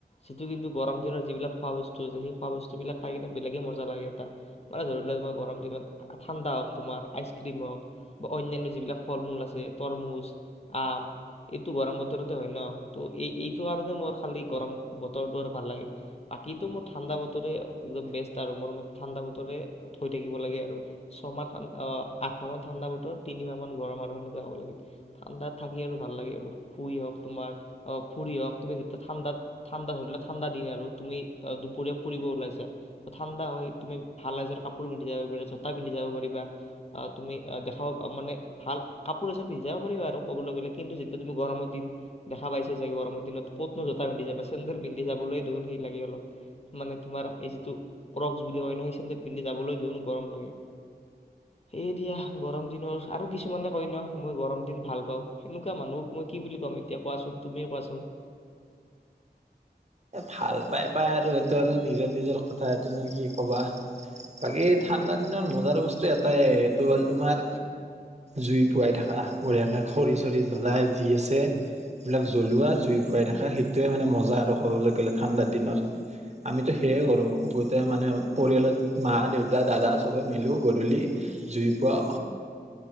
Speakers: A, on the left; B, on the right.
A: সিটো কিন্তু গৰম দিননৰ যিবিলাক খোৱা বস্তু আছে সেই খোৱ বস্তুবিলাক খাই কিনে বেলেগেই মজা লাগে এটা মানে ধৰি লোৱাক তোমাৰ গৰম দিনত ঠাণ্ডা হওক তোমাৰ আইচক্ৰীম হওক বা অন্যান্য যিবিলাক ফল- মূল আছে। তৰমুজ, আম, এইটো গৰম বতৰতে হয় ন ত এই এইটো কাৰণে মোৰ খালি গৰম বতৰটো আৰু ভাল লাগে বাকীো মোৰ ঠাণ্ডা বতৰে একদম বেষ্ট আৰু মোৰ ম ঠাণ্ডা বতৰে থৈ থাকিব লাগে আৰু ছমাহ আঠমাহ মান ঠাণ্ডা বতৰ তিনিমাহ মান গৰম আৰু সনেকা হ'ব লাগে ঠাণ্ডা থাকি আৰু ভাল লাগে আৰু শুই হওক তুমাৰ ফুৰি হওঁক তুমি যেতিয়া ঠাণ্ডাত ঠাণ্ডা ধৰিলে ঠাণ্ডা দিন আৰু তুমি দুপৰীয়া ফুৰিব ওলাইছা ঠাণ্ডা হয় তুমি ভালজৰ কাপোৰ পিন্ধি যাব পাৰিবা জোতা পিন্ধি যাব পাৰিবা তুমি দেখাও মানে ভাল কাপোৰ এজ পিন্ধি যাব পাৰিবা আৰু ক'বলৈ গ'লে কিন্তু যেতিয়া তুমি গৰমৰ দিন দেখা পাইছ যোগৈ গৰমৰ দিনত ক'তনো জোতা পিন্ধি যাবা চেণ্ডেল পিন্ধি যাবলৈ দেখোন সেই লাগে অলপ মানে তোমাৰ এই যিটো ক্ৰক্স বুলি কই ন সেই চেণ্ডেল পিন্ধি যাবলৈ দিওঁন গৰম লাগে সেয়েদয়া গৰম দিনৰ আৰু কিছুমানে কয় ন মই গৰম দিন ভাল পাওঁ সেনেকুৱা মানুহক মই কি বুলি কাম এতিয়া কোৱাচোন তুমি কোৱাচোন-
B: ভাল পাই পাই আৰু সেইটো আৰু নিজৰ নিজৰ কথা এইটোনো কি ক'বা বাকী ঠাণ্ডা দিনৰত মজাৰ বস্তু এটাই এইটো হ'ল তোমাৰ জুই পোৱাই থাকা বঢ়ীয়াকে খৰি চৰি জ্বলাই যি আছে সেইবিলাক জ্বলোৱা জুই, পোৱাই থাকা সেইটোৱে মানে মজা আৰু- ক'বলৈ গলে ঠাণ্ডাৰ দিনত আমিতো সেয়ে কৰো গোটেই মানে পৰিয়ালত মা দেউতা দাদা চবে মিলো গধূলি জুই পোৱা।